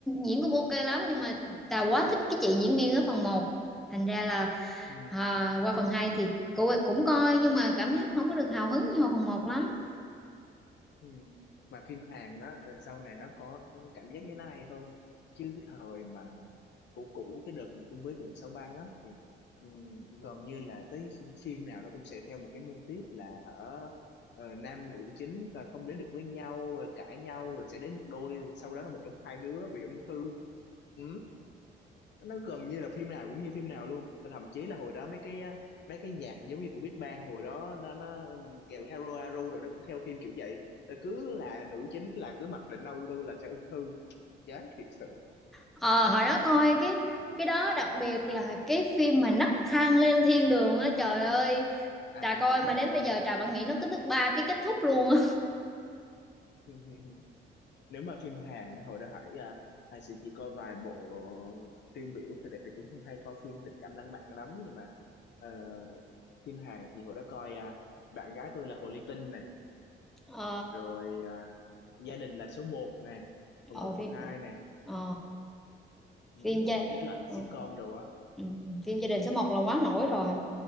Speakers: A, in the centre; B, on the left (about 60°).
A: diễn cũng ok lắm nhưng mà trà quá thích cái chị diễn viên ở phần một thành ra là
B: ừ,
A: À, qua phần 2 thì cô cũng coi nhưng mà cảm giác không có được hào hứng như hồi phần một lắm.
B: ừ. mà phim Hàn á sau này nó có cảm giác như nó hay hơn chứ cái thời mà cũ cũ cái đợt mà chung với vườn sao băng á thì ừm, gần như là tới ph- phim nào nó cũng sẽ theo một cái mô típ là hở ờ, nam nữ chính là không đến được với nhau rồi cãi nhau rồi sẽ đến một đôi sau đó là một trong hai đứa bị ung thư ừ, nó gần như là phim nào cũng như phim nào luôn Và thậm chí là hồi đó mấy cái á, mấy cái nhạc giống như của Big Bang hồi đó nó nó kiểu Haru Haru rồi nó cũng theo phim kiểu vậy nó cứ là nữ chính là cứ mặc định auto là sẽ ung thư chán thiệt sự
A: Ờ, hồi đó coi cái cái đó đặc biệt là cái phim mà nấc thang lên thiên đường á trời ơi
B: à
A: trà coi
B: à
A: mà đến bây giờ trà vẫn nghĩ nó cứ thứ ba cái kết thúc luôn á
B: à <laughs> nếu mà phim Hàn á, hồi đó Hải à, Hải sẽ chỉ coi vài bộ tiêu biểu thì tại vì cũng không hay coi phim tình cảm lãng mạn lắm nhưng mà ờ, phim Hàn thì hồi đó coi à, bạn gái tôi là Hồ Ly Tinh này
A: ờ
B: rồi à, gia đình là số một này phần
A: ờ,
B: một
A: phim
B: phần 2 này
A: ờ,
B: ừ,
A: phim gia
B: những cái loại mà
A: ừ,
B: sitcom đồ á
A: ừ, phim gia đình số một là quá nổi rồi